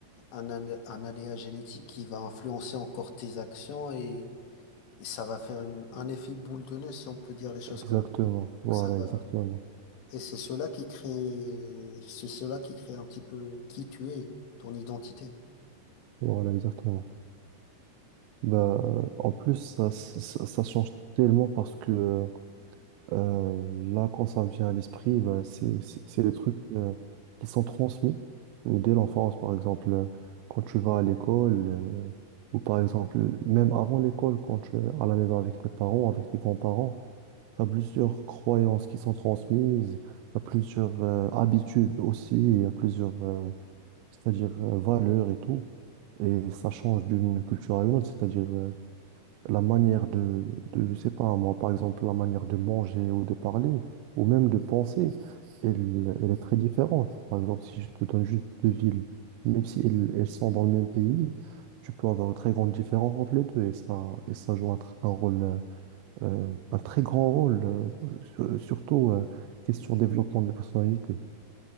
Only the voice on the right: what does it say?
Exactement.
Voilà,
exactement.
Voilà, exactement. Bah, euh, en plus, ça, ça, ça change tellement parce que euh, Euh, là, quand ça me vient à l'esprit, bah, c'est, c'est, c'est les trucs euh, qui sont transmis dès l'enfance. Par exemple, euh, quand tu vas à l'école, euh, ou par exemple, même avant l'école, quand tu es à la maison avec tes parents, avec tes grands-parents, tu as plusieurs croyances qui sont transmises, tu as plusieurs euh, habitudes aussi, il y a plusieurs, euh, c'est-à-dire euh, valeurs et tout. Et ça change d'une culture à une autre, c'est-à-dire euh, la manière de, de, je sais pas, moi, par exemple, la manière de manger ou de parler, ou même de penser, elle, elle est très différente. Par exemple, si je te donne juste deux villes, même si elles, elles sont dans le même pays, tu peux avoir une très grande différence entre les deux, et ça, et ça joue un, tr- un rôle, euh, euh, un très grand rôle, euh, sur- surtout, euh, question développement de personnalité,